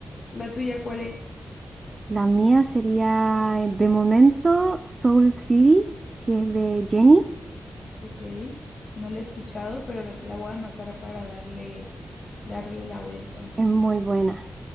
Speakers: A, on the left; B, on the right.
A: ¿La tuya cuál es?
B: La mía sería de momento Soul City, que es de Jenny,
A: Ok, no la he escuchado, pero la voy a anotar para darle, darle la vuelta.
B: es muy buena.